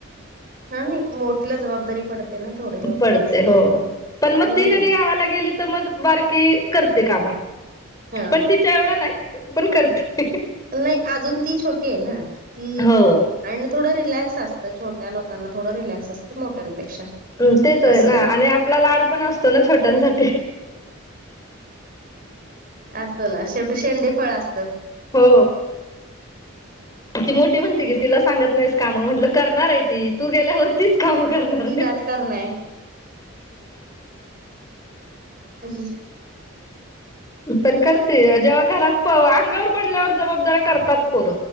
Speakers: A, on the right (about 45°); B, on the left (about 15°).
A: हा नाही मोठीला जबाबदारी पडते ना! थोडी लवकरच.
B: पडते हो पण म
A: हम्म
B: ती कधी गावाला गेली. त म बारकी करते काम,
A: हा
B: पण तिच्या एवढ नाही पण करते.
A: नही अजून ती छोटी आहे ना ती?
B: हो
A: आणि थोडं रिलॅक्स असतं, छोट्या लोकांना थोडं रिलॅक्स असतं मोठ्यांपेक्षा.
B: अ तेच हं
A: असं.
B: ना आणि आपला लाड पण असतो ना छोट्यांसाठी.
A: असतो ना शेवटी शेंडी फळ असत.
B: हो! ती मोठी म्हणती की तिला सांगत नाहीस कामं, म म्हटलं करणार आहे ती तू गेल्यावर तीच काम करणार
A: तिलाच
B: आहे.
A: करणय हम्म.
B: पण करते जेव्हा घरात अंगावर पडल्यावर जबाबदाऱ्या करतात पोर.